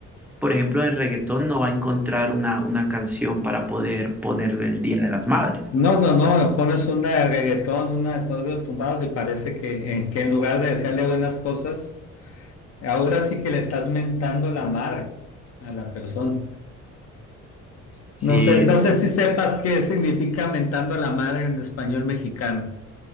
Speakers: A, in the centre; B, on the left.
A: por ejemplo, en el reggaetón, no va a encontrar una, una canción para poder ponerle el Día de las Madres.
B: No, no, no, pones una de reggaetón, una de corridos tumbados y parece que, en, que en lugar de desearle buenas cosas, ahora sí que le estás mentando la madre a la persona.
A: Sí,
B: No sé, no sé si sepas qué significa mentando la madre en español mexicano.